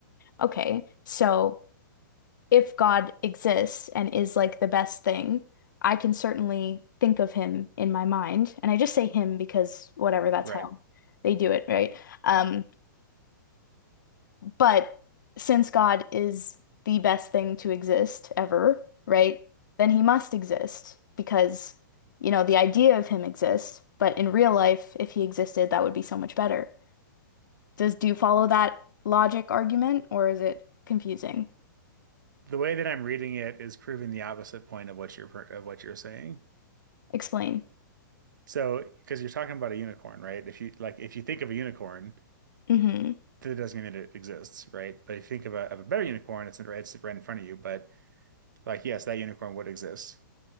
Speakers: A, on the left; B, on the right.
A: Okay, so if God exists and is like the best thing, I can certainly think of him in my mind. And I just say him because whatever, that's
B: Right.
A: how they do it, right? Um, but since God is the best thing to exist ever, right? Then he must exist because, you know, the idea of him exists, but in real life, if he existed, that would be so much better. Does do you follow that logic argument or is it confusing?
B: The way that I'm reading it is proving the opposite point of what you're per- of what you're saying.
A: Explain.
B: So, because you're talking about a unicorn, right? If you like, if you think of a unicorn,
A: hmm
B: that doesn't mean that it exists, right? But if you think of a of a better unicorn, it's right, it's right in front of you. But like, yes, that unicorn would exist,